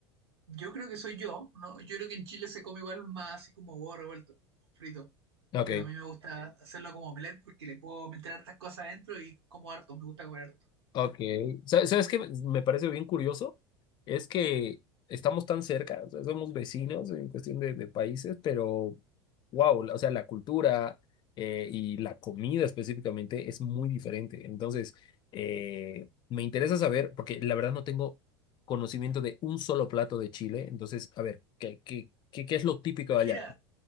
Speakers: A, on the right; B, on the left.
A: Yo creo que soy yo, ¿no? Yo creo que en Chile se come igual más así como huevo revuelto, frito.
B: Ok,
A: Pero a mí me gusta hacerlo como omelette porque le puedo meter hartas cosas adentro y como harto, me gusta comer harto.
B: Ok. Sa- ¿Sabes qué me parece bien curioso? Es que estamos tan cerca, o sea, somos vecinos en cuestión de, de países, pero wow, o sea, la cultura eh, y la comida específicamente es muy diferente. Entonces, eh, me interesa saber, porque la verdad no tengo conocimiento de un solo plato de Chile. Entonces, a ver, ¿qué, qué, qué, qué es lo típico
A: Mira,
B: de allá?